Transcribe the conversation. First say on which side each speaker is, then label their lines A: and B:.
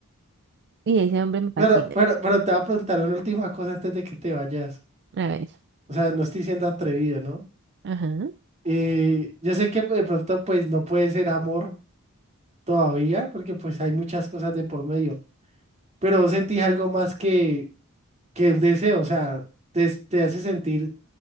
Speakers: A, on the right (about 50°); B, on the right (about 30°).
A: Y ese hombre me fascina.
B: Pero, pero, pero te voy a preguntar una última cosa antes de que te vayas.
A: A ver.
B: O sea, no estoy siendo atrevido, ¿no?
A: Ajá.
B: Eh, yo sé que de pronto pues no puede ser amor todavía, porque pues hay muchas cosas de por medio, pero ¿vos sentís algo más que, que un deseo, o sea, te, te hace sentir